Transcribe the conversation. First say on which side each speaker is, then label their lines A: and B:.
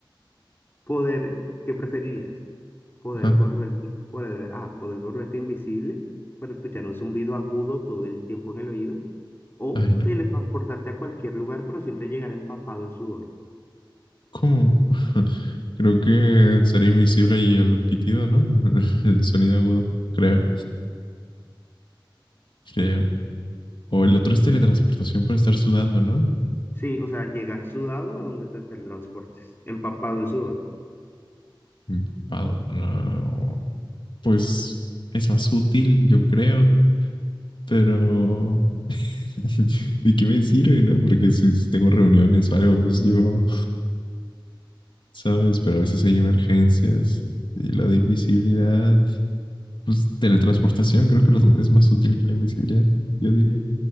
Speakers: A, on the left; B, on the left.
A: poder, ¿qué preferirías? Poder
B: Ajá.
A: volverte, poder, ah, poder volverte invisible para escuchar un zumbido agudo todo el tiempo en el oído. O
B: Ay, no.
A: teletransportarte a cualquier lugar, pero siempre llegar empapado en sudor.
B: ¿Cómo? <laughs> Creo que sería invisible y el pitido, ¿no? <laughs> El sonido agudo. Creo, creo. O el otro es teletransportación por estar sudando, ¿no?
A: Sí, o sea, llegar sudado a donde te teletransportes. Empapado en sudor.
B: Empapado. No. Pues es más útil, yo creo. Pero <laughs> ¿De qué me sirve, no? Porque si, si tengo reuniones o algo, pues llego, ¿sabes? Pero a veces hay emergencias. Y la de invisibilidad, pues teletransportación creo que los- es más útil que la invisibilidad, yo diría.